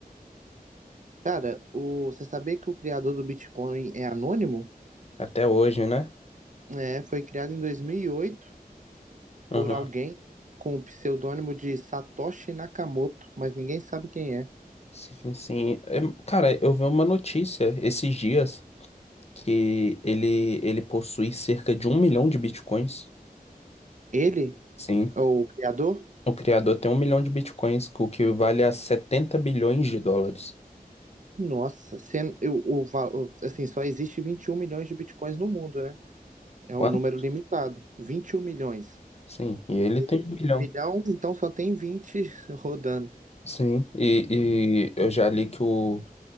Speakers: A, on the right; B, on the left.
A: Cara, o, você sabia que o criador do Bitcoin é anônimo?
B: até hoje, né?
A: É, foi criado em 2008
B: Uhum.
A: por alguém, né, com o pseudônimo de Satoshi Nakamoto, mas ninguém sabe quem é.
B: Sim, sim. É, Cara, eu vi uma notícia esses dias que ele, ele possui cerca de um milhão de bitcoins.
A: Ele,
B: Sim,
A: é o criador,
B: o criador tem um milhão de bitcoins, o que vale a 70 bilhões de dólares.
A: nossa, sendo, eu, o, val- assim, só existe 21 milhões de bitcoins no mundo, né? É
B: Quanto?
A: um número limitado. vinte e um milhões.
B: Sim, e ele
A: Ele
B: tem
A: tem
B: um milhão.
A: um milhão, então só tem 20 <laughs> rodando.
B: Sim, e, e eu já li que o,